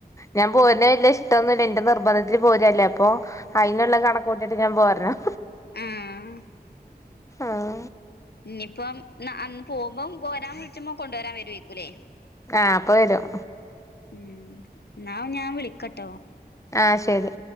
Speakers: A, on the left; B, on the left.
A: ഞാൻ പോര്ണെ വല്യ ഇഷ്ടൊന്നുല്ല ഇന്റെ നിർബന്ധത്തിന് പോരല്ലേ അപ്പം. അയ്ന്ള്ള കണക്കൂട്ടിട്ട് ഞാൻ പോരണം.
B: ആഹ
A: ആഹ്
B: ഇഞ്ഞ്പ്പം അന്ന് പോകുമ്പം പോരാൻ വിളിച്ച്പോ കൊണ്ടോരാൻ വരേക്കു ലെ
A: ആഹ അപ്പൊ വരും
B: ഉം ന്നാ ഞാൻ വിളിക്കട്ടോ
A: ആ ശരി